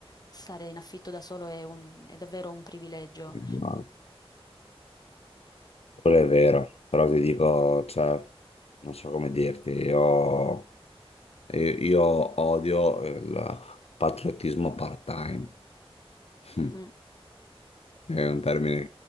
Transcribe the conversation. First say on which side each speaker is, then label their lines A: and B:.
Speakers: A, on the left (about 40°); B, on the left (about 80°).
A: stare in affitto da solo è, un- è davvero un privilegio.
B: No, quello è vero, però ti dico, cioè, non so come dirti, io, io- io odio il patriottismo part-time. <laughs>
A: Mhm.
B: È un termine